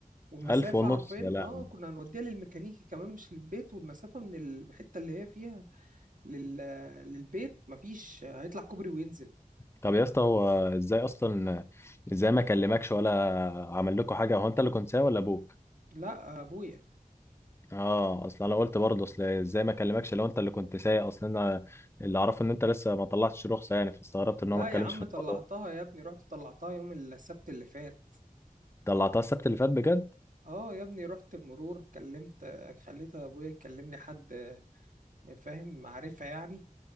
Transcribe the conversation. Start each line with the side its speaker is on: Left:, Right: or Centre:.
Right: والمسافة
Left: ألف ونص
Right: عارفين
Left: يا لهوي
Right: اه كنا هنوديها للميكانيكي كمان مش للبيت والمسافة من الحتة اللي هي فيها لل... آه، للبيت مفيش آه، هيطلع كوبري وينزل
Left: طب يا اسطى هو ازاي اصلا ازاي ما كلمكش ولا عمل لكم حاجه هو انت اللي كنت سايق ولا ابوه
Right: لا يا ابويا
Left: اه اصل انا قلت برضه اصل ازاي ما اكلمكش لو انت اللي كنت سايق اصل انا اللي اعرفه ان انت لسه ما طلعتش رخصه يعني فاستغربت ان
Right: لا
Left: هو ما اتكلمش
Right: يا عم
Left: في
Right: طلعتها
Left: الموضوع
Right: يا ابني رحت طلعتها يوم السبت اللي فات
Left: طلعتها السبت اللي فات بجد
Right: اه يا ابني رحت المرور كلمت آه، خليت ابويا يكلم لي حد يعني فاهم معرفة يعني